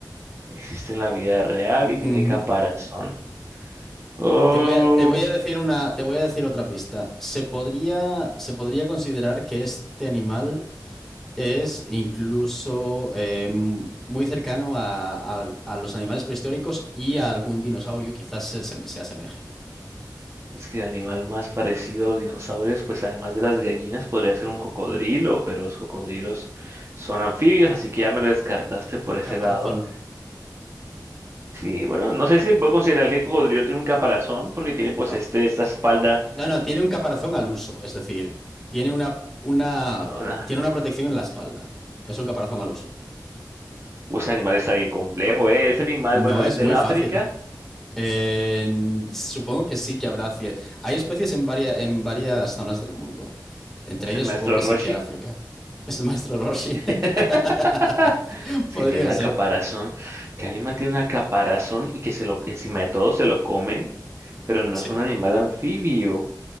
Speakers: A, on the right; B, in the centre.
A: Existe en la vida real y tiene
B: Ujú.
A: caparazón. Oh,
B: Te voy a, te voy a decir una, te voy a decir otra pista. Se podría, se podría considerar que este animal Es incluso eh, m- muy cercano a, al- a los animales prehistóricos y a algún dinosaurio, quizás se, se- se asemeje.
A: es que el animal más parecido a los dinosaurios, pues además de las gallinas, podría ser un cocodrilo, pero los cocodrilos son anfibios, así que ya me lo descartaste por ese
B: Caparazón,
A: lado. Sí, bueno, no sé si se puede considerar que el cocodrilo tiene un caparazón porque tiene
B: no.
A: pues este, esta espalda.
B: No, no, tiene un caparazón al uso, es decir, tiene una, una,
A: ah,
B: tiene una protección en la espalda. Es un caparazón al uso.
A: Uy, Ese animal está bien complejo, ¿eh? Ese animal,
B: No
A: bueno, es
B: es
A: del
B: muy
A: África,
B: fácil. Eh, supongo que sí que habrá. cie- Hay especies en varias, en varias zonas del mundo. Entre
A: es
B: ellas,
A: el maestro
B: supongo que
A: Roshi.
B: sí que África. Es el maestro Roshi.
A: <laughs>
B: <laughs>
A: Es
B: Podría
A: que tiene una
B: ser.
A: caparazón. ¿Qué animal tiene una caparazón y que se lo, encima de todo se lo comen? Pero no
B: Sí.
A: es un animal anfibio,